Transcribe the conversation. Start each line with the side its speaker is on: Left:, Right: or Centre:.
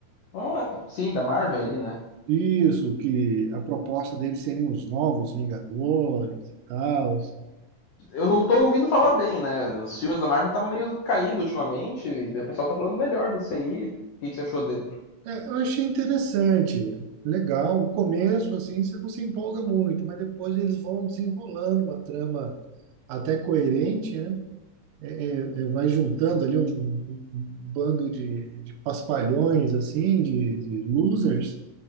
Left: Ah, sim, da Marvel ali, né?
Right: isso, que a proposta deles serem os novos Vingadores e tal.
Left: Eu tô ouvindo falar bem, né? Os filmes da Marvel estavam meio caídos ultimamente, e daí o pessoal tá falando melhor desse aí. O que que você achou dele?
Right: É, eu achei interessante, legal. O começo, assim, você não se empolga muito, mas depois eles vão desenrolando uma trama até coerente, né? É, é, vai juntando ali um, um- um bando de, de paspalhões, assim, de, de losers,